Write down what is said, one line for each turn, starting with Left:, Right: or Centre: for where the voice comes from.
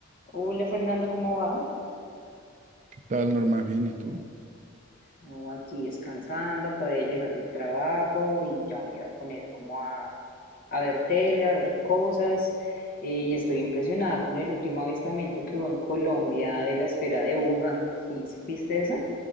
Left: Hola Fernando, ¿cómo vas?
Right: Tal, Norma, bien, ¿y tú?
Left: No, aquí descansando, acabé de llegar del trabajo y ya me iba a poner como a, a ver tele, a ver cosas. eh, y estoy impresionada con el último avistamiento que hubo en Colombia de la esfera de Uga. ¿Sí supiste eso?